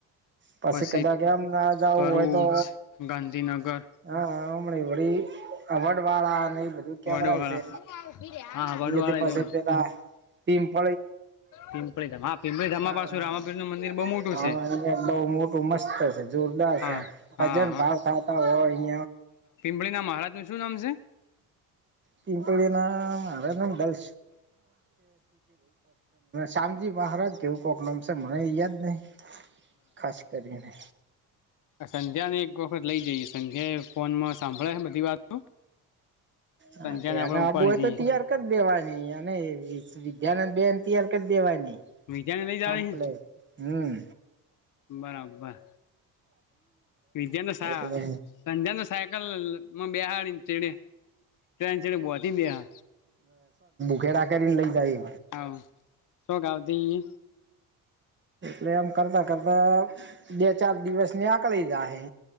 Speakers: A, on the right; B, on the left.
A: પાછ
B: પછી
A: કદા કે એમ ના જવું
B: ભરૂચ
A: હોય તો
B: ગાંધીનગર
A: હા બડી અવડ વાળા બધું કેમરાય
B: વડવાળા
A: છે
B: હા વડવાળા
A: થી પાસે
B: જો
A: પેલા ટીમ પ
B: પિંપળી ધામ હા પિંપળી ધામમાં
A: હા
B: પાછું રામાપીર નું મંદિર બહુ મોટું
A: હા
B: છે
A: એ બહ મોટું મસ્ત છે જોરદાર
B: હા
A: છે ભજન
B: હા
A: ભાવ ખાતા હો અહં
B: આપણી ના મહારાજ નું શું નામ છે
A: ચૂંટણીના મારેને શાંતિ મ પણ હારા કેવું કોક નોમસે મને એ યાદ નહિ ખાસ કરીને
B: આ સંધ્યા ને એક વખત લઇ જઈએ સંધ્યા એ ફોન માં સાંભળે હે બધી વાતો
A: હા
B: સંધ્યા
A: તેને
B: ને આપડે
A: આબૂ
B: ઉપાડી
A: હોય તો
B: જઈએ
A: તૈયાર કરી દેવાની અને એ-એ વિદ્યાને ને બેન તૈયાર કરી દેવાની
B: વિદ્યાને લઈ
A: કમ્પ્લેટ
B: જાવી હે
A: હમ
B: બરાબર વિદ્યાને સા-ન
A: એટલે
B: સંધ્યાને સાયકલ માં બેહાળીન ચળે તો એની જોળે બોંધી બેહ
A: ફેરા કરીન લઇ જાઈ
B: આવ શોખ આવતી
A: ને એમ કરતા કરતા-કરતા બે ચાર દિવસ નેકાળી જાહે